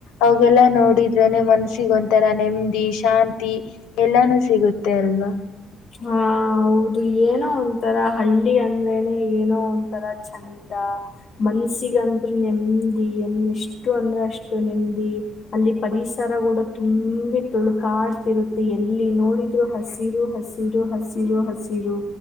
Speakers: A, on the left (about 75°); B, on the left (about 60°).
A: ಅವಾಗೆಲ್ಲ ನೋಡಿದ್ರನೆ ಮನ್ಸಿಿಗೆ ಒಂಥರ ನೆಮ್ಮದಿ ಶಾಂತಿ ಎಲ್ಲಾನು ಸಿಗುತ್ತೆ ಅಲ್ವಾ
B: ಹಾ ಹೌದು ಏನೋ ಒಂತರ ಹಳ್ಳಿ ಅಂದ್ರೇನನೆ ಏನೋ ಒಂತರ ಚಂದ ಮನ್ಸಿಗಂದ್ರು ನೆಮದಿ ಎನ್ೆಷ್ಟು ಅಂದ್ರೆ ಅಷ್ಟು ನೆಮ್ಮದಿ ಅಲ್ಲಿ ಪರಿಸರ ಕೂಡ ತುಂಬಿ ತುಳ್ಕಾಡ್ತಿರುತ್ತೆ ಎಲ್ಲಿ ನೋಡಿದ್ರು ಹಸಿರು ಹಸಿ ಹಸಿರು ಹಸಿರು